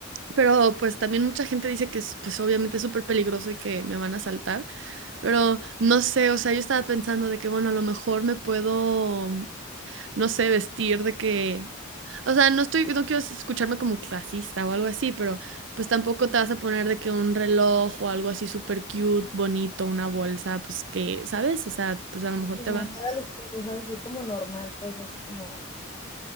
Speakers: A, on the right (about 65°); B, on the left (about 20°).
A: pero pues también mucha gente dice que es, pues obviamente es súper peligroso y que me van a asaltar, pero no sé, o sea, yo estaba pensando de que, bueno, a lo mejor me puedo, no sé, vestir de que, o sea, no estoy, no quiero escucharme como clasista o algo así, pero pues tampoco te vas a poner de que un reloj o algo así súper cute, bonito, una bolsa, pues que, ¿sabes? O sea, pues a lo mejor
B: No,
A: te vas
B: nada lujoso, ¿sabes? Ir como normal, pues, así como